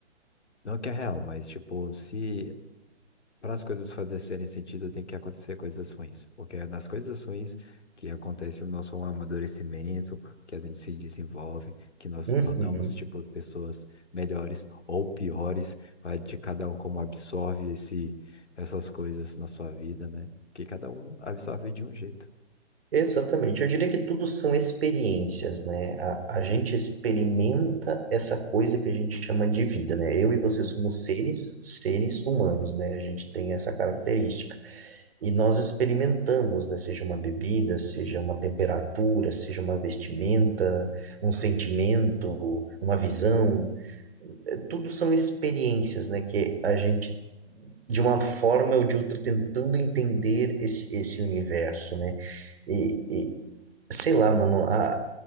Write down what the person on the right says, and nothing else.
Uhum.
Exatamente. Eu diria que tudo são experiências, né? A, a gente experimenta essa coisa que a gente chama de vida, né? Eu e você
somos seres, seres humanos, né? A gente tem essa característica. E nós experimentamos, né? Seja uma bebida, seja uma temperatura, seja uma vestimenta, um sentimento, uma visão. Eh, Tudo são experiências, né? Que a gente, de uma forma ou de outra, tentando entender esse, esse universo, né? E, e- sei lá, mano, a,